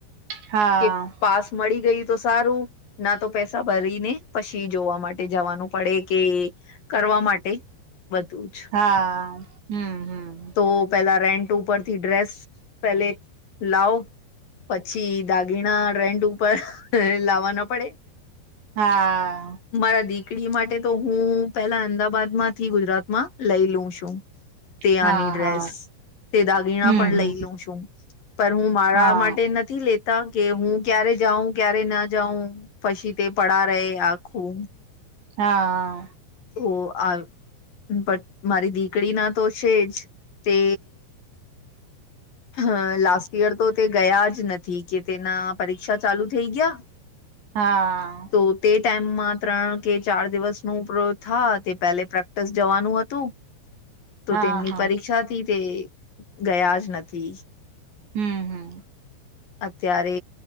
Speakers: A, on the right; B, on the left.
A: હા
B: કે પાસ મળી ગયુ તો સારું. ના તો પેસા ભરી ને, જોવા માટે જવાનું પડે કે. કરવા માટે બધું જ.
A: હા, હમ્મ, હમ્મ.
B: તો પેલા રેન્ટ ઉપરથી ડ્રેસ પેલે લાવ. પછી દાગીના રેન્ટ ઉપર લાવા ના પડે.
A: હા
B: મારા દીકરી માટે તો, હું પેલા અમદાવાદ માંથી ગુજરાતમાં લઈ લઉ છું. <inaudible> તે
A: હા
B: આની ડ્રેસ
A: હા
B: તે દાગીણા
A: હમ
B: પણ
A: હમ
B: લઈ લઉ છું, પણ હું મારા
A: હા
B: માટે નથ તી લેતા કે, હું ક્યારે જાઉં ક્યારે ના જાઉં પછી તે. પડા રે આખું.
A: હા.
B: હો આ પણ મારી દીકરી ના તો છે, જ તે હ, લાસ્ટ યર તો તે ગયા જ નથી કે, તેના પરીક્ષા ચાલુ થઈ ગ્યા.
A: હા.
B: તો તે ટાઈમમાં ત્રણ કે, ચાર દિવસ નું પ્રો થા તે પહેલે પ્રેક્ટિસ જવાનું હતું. તો
A: હા
B: તેમની
A: હા
B: પરીક્ષાથી તે ગયા જ નથી.
A: હમ્મ, હમ્મ.
B: અત્યારે